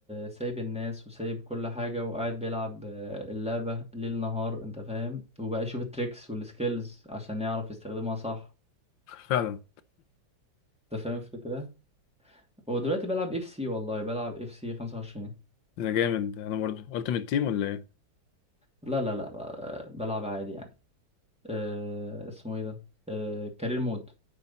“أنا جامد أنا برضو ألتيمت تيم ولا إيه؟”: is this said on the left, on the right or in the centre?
Left